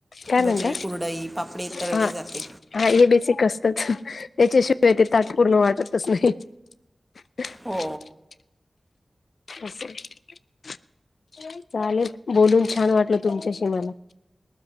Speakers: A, on the left; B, in the centre.
A: काय म्हणतात?
B: भजी कुरडई पापडी तळली
A: हा
B: जाते
A: हे बेस ए. त्याच त्याच्या शिवाय ते ताट पूर्ण वाटतच नाही. <inaudible>
B: हो
A: असं आहे. चालेल बोलून छान वाटलं तुमच्याशी मला.